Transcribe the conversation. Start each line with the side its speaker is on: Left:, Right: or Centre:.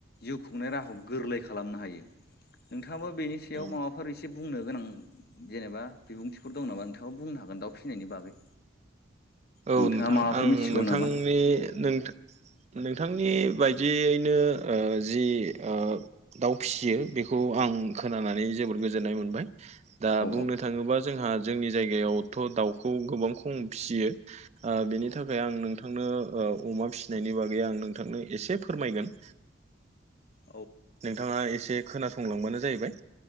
Left: जिउ खुंनाय राहाखौ गोरलै खालामनो हायो नोंथो नोंथांङाबो बेनि सायाव
Right: औ
Left: माबा एसे बुंनो गोनां जेनेबा बिबुंथिफोर दं नामा? नोंथांङाबो बुंनो हागोन दाउ फिनायनि बागै
Right: <inaudible> औ
Left: नोंथाङा
Right: नोंथां
Left: माबाफोर
Right: आं
Left: मिथिगौ
Right: नोंथांनि
Left: नामा
Right: नोंथा नोंथांनि बाय दियैनो ओ जि ओ दाउ फिसियो बेखौ आं खोनानानै जोबोद गोजोन्नाय मोनबाय दा
Left: औ
Right: बुंनो थांङोबा जोंहा जोंनि जायगायावथ' दाउखौ गोबां खम फिसियो ओ बेनि
Left: औ
Right: थाखाय आं नों नोंथांनो अमा फिसिनायनि बागै आं नोंथांनो एसे फोरमायगोन
Left: औ
Right: नोंथांङा एसे खोनासंलांबानो जायैबाय